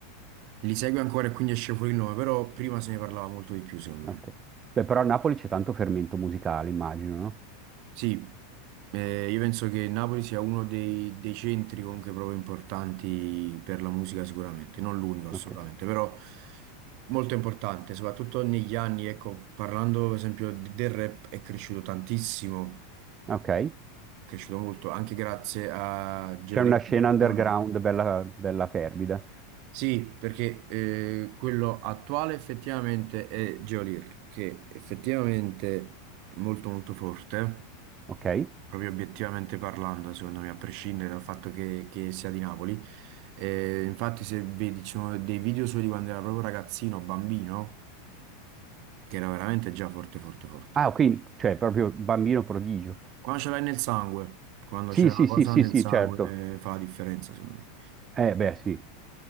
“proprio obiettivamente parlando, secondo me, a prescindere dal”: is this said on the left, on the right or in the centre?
Right